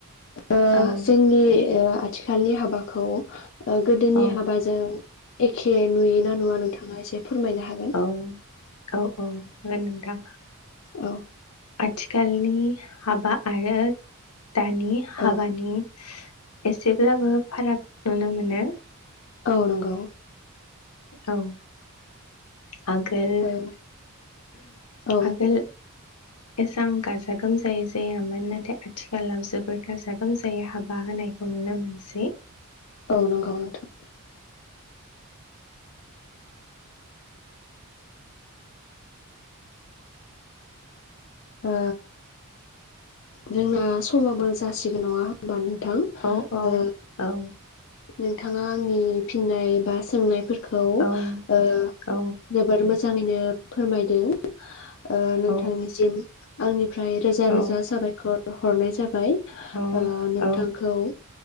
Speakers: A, on the left; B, on the left.
A: ओ
B: औ
A: जोंनि ओ आथिखालनि हाबाखौ ओ गोदोनि
B: औ
A: हाबाजों एखे नुयोना नुवा नोंथाङा एसे फोरमायनो हागोन
B: औ औ औ होगोन नोंथां।
A: औ।
B: आथिखालनि हाबा आरो दानि हाबानि
A: औ
B: एसेब्लाबो फाराग नुनो मोनो।
A: औ नोंगौ।
B: औ। आगोल
A: ओ औ
B: आगोल एसां गाजा गोमजायै जायामोन नाथाय आथिखालाव जोबोर गाजा गोमजायै हाबा होनायखौ नुनो मोनसै।
A: औ नंगौ नोंथां। ओ जोंना समाबो जासिगोन नङा होमबा नो थां
B: औ औ
A: ओ
B: औ
A: नोंथाङा आंनि फिननाय बा सोंनायफोर खौ
B: औ
A: ओ
B: औ
A: जोबोर मो मोजाङैनो फोरमायदों। ओ नोंथांनिसिम।
B: औ
A: आंनि फ्राय रोजा
B: औ
A: रोजा साबायखर हरनाय जाबाय।
B: औ
A: ओ नोंथांखौ
B: औ